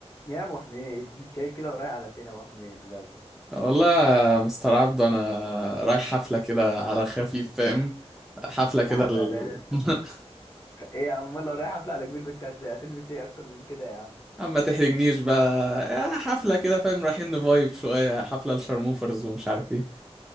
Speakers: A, on the left; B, in the centre.
A: يا ابو حميد مش شايف كده ورايح على فين يا ابو حميد لولي
B: والله يا مستر عبدو انا رايح حفله كده على خفيف فاهم حفله كده
A: يا حفلات
B: ال... <laughs>
A: ايه يا عم والله رايح حفله على كبير كنت هت- هتلبس ايه اكتر من كده يا عم
B: اما تحرجنيش بقى آه، حفله كده فاهم رايحين نفايب شويه حفله الشرموفرز ومش عارف ايه